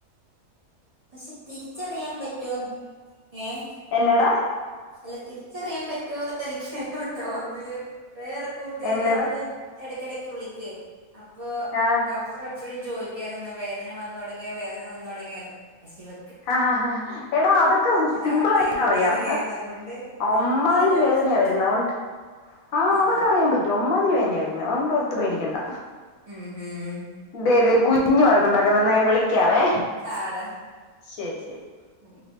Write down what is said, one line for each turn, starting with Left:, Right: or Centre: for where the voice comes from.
Right: പക്ഷെ തിരിച്ചറിയാ പറ്റോന്ന് ഏഹ്
Left: എന്നാട
Right: അല്ല തിരിച്ചറിയാൻ പറ്റോന്ന് എനിക്ക് അറിയില്ല ഒന്നില് വേറെ കൂട്ടുകാരി
Left: എന്നതാ
Right: അവളും എടക്കെടക്ക് വിളിക്ക്യൊ അപ്പോ
Left: ആഹ്
Right: ഡോ എപ്പഴും ചോദിക്കാറ് വേദന വന്ന് തുടങ്ങ്യൊ വേദന വന്ന് തുടങ്ങ്യോന്ന് പക്ഷെ ഇവ
Left: ആഹ് എടാ അതൊക്ക സിമ്പിളായിട്ട്
Right: ആ ടൈപ്പ്
Left: അറിയാം
Right: വേദനയായിരുന്നു അതുകൊണ്ട്
Left: അമ്മാതിരി
Right: വലിയ കുഴപ്പം
Left: വേദനയ വര്ന്നെ അതുകൊണ്ട് ആഹ്
Right: ആ
Left: അതൊക്കറിയ പറ്റും അമ്മാതീരി വേന്യാ വര്ന്നെ അതോണ്ടൊർത്ത് പേടിക്കണ്ട
Right: ഉം ഉം
Left: ഇതെ ഇതെ കുഞ്ഞ് വഴക്കുണ്ടാക്ക്ന്നെ ഇന്ന ഞാൻ വിളിക്കാവെ
Right: ആടാ
Left: ശരി ശരി
Right: ഉം